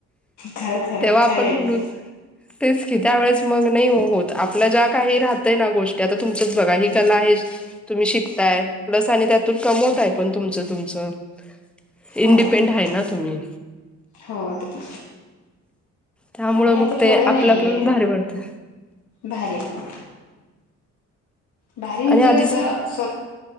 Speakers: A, on the left; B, in the centre.
A: खर खरं
B: तेव्हा आपण
A: खरं आहे
B: म्हणू
A: ते.
B: तेच की, त्या वेळेस मग नाहीहो होत. आपल्या ज्या काही राहतय ना गोष्टी, आता तुमचंच बघा. ही कला आहे तुम्ही शिकताय, प्लस आणि त्यातून कमवताय
A: बरं
B: पण तुमचं तुमचं. इंडिपेंड
A: हो बरोबर
B: हाय ना तुम्ही.
A: हो अगदी
B: त्यामुळं
A: आणि
B: मग
A: आता
B: ते
A: थोडं
B: आपलं
A: नाहीये
B: आपलं पण भारी वाटतं.
A: भारी वाग भारी म्हणजे
B: आणि आधीच
A: कसं स्व